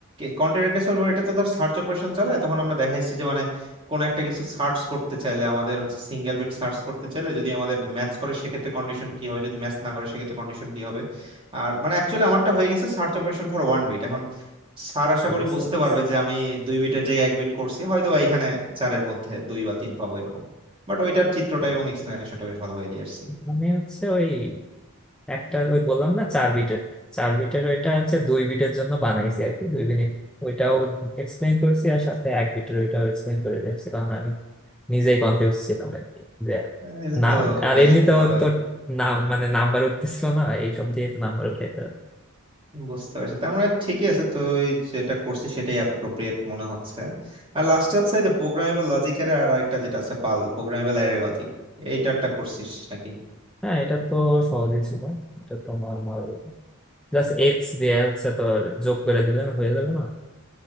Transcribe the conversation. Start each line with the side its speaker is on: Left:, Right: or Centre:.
Right: কন্টেন্ট অ্যাড্রেস এটা তো ধর সার্চ অপারেশন চালায় তখন আমরা দেখাইছি যে মানে কোন একটা কিছু সার্চ করতে চাইলে আমাদের হচ্ছে সিঙ্গেল বিট সার্চ করতে চাইলে যদি আমাদের ম্যাচ করে সেক্ষেত্রে কন্ডিশন কি হবে যদি ম্যাচ না করে সেক্ষেত্রে কন্ডিশন কি হবে আর মানে অ্যাকচুয়ালি আমারটা হয়ে গেছে search operation for one bit এখন স্যার
Centre: আচ্ছা,
Right: আশা করি
Centre: বুঝতে
Right: বুঝতে
Centre: পারছি
Right: পারবে যে আমি দুই বিটের জায়গায় এক বিট করছি হয়তো বা এখানে চারের মধ্যে দুই বা তিন পাবো এরকম বাট ওইটার চিত্রটা এবং এক্সপ্লেনেশনটা বেশ ভালো হয়ে দিয়ে আসছি।
Centre: আমি হচ্ছে ওই একটা ওই বললাম না চার বিটের চার বিটের ওইটা হচ্ছে দুই বিটের জন্য বানাইছি আর কি দুই মিনিট ওইটাও এক্সপ্লেন করেছি আর সাথে এক বিটের ওইটাও এক্সপ্লেন করে দিয়েছি কারণ আমি নিজেই কনফিউজ ছিলাম আর কি যে
Right: হ্যাঁ, এটা
Centre: না
Right: তো
Centre: আর
Right: বেশ
Centre: এমনিতেও
Right: ভালোই
Centre: তো নাম মানে নাম্বার উঠতেছিল না এইসব দিয়ে তো নাম্বার উঠাইতে হবে
Right: বুঝতে পারছি তার মানে ঠিকই আছে তো ওই যেটা করছি সেটাই অ্যাপ্রোপ্রিয়েট মনে হচ্ছে আর লাস্টে হচ্ছে এই যে প্রোগ্রামেবল লজিকের আর একটা যেটা আছে পাল প্রোগ্রামেবল অ্যারে লজিক এইটারটা করছিস নাকি
Centre: হ্যাঁ এটা তো সহজই ছিল এটা তো নর্মাল জাস্ট এক্স দিয়ে হচ্ছে তোর যোগ করে দিলে না হয়ে যাবে না